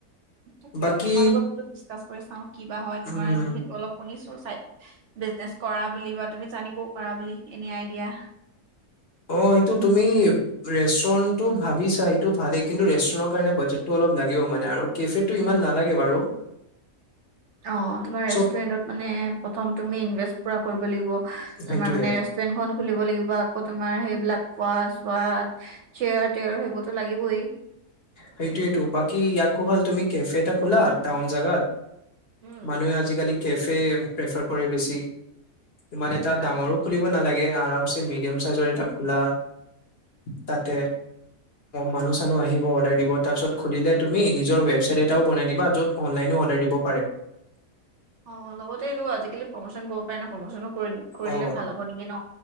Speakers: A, on the right; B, on the left.
A: তাকে
B: বাকী
A: তোমাৰ লগত বলো ডিচকাছ গৈচাও কিবা হ'ব তোমাৰ
B: উম
A: যিহেতু অল শুনিছো নে কৰা বুলি বা তুমি জানিবও কৰা বুলি এনে আই দিয়া
B: অ সটো তুমি ৰেষ্টুৰেটটো ভাবিছা সটো ভালেই কিন্তু ৰেষ্টুৰেণ্টৰ কাৰণে বাজেটটো অলপ লাগিব মানে আৰু কেফেটো ইমান নালাগে বাৰু
A: অ তোমাৰ ৰেুৰেন্ট
B: চব
A: মান প্ৰথম তুমি ইনবেচট কৰিব লাগিব
B: সেইটোয়ে
A: তোমাৰ মানে ৰেষ্টুৰেন্ট খন খুলিব লাগিব আকৌ তোমাৰ সেইবিলাক বহাত চুবাত চেয়াৰ টেয়াৰ সেইবোৰতো লাগিবই
B: সেইটো এইটো বাকী ইয়াকো ভাল তুমি কেফেটা খোলা টাউন জোগাত
A: উম,
B: মানুহে আজিকালি কেফে প্ৰেফাৰ কৰে বেছি ইমান এটা ডাঙৰো
A: আচ্ছা।
B: খুলিব নালাগে আৰাম মিডিয়াম চাইজৰ এটা খোলা তাতে মানুহ চানুহ আহিব তু নিজৰ ব এ বনাই দিবা য'ত অনলাইন অৰ্ডাৰৰ দিব পাৰে
A: অ লগতে এইটো আজিকালি প্ৰমোচন কৰিব পাৰে না প্ৰমোচনো কৰি কৰিলে
B: অ
A: ভাল হ'ব নেকি ন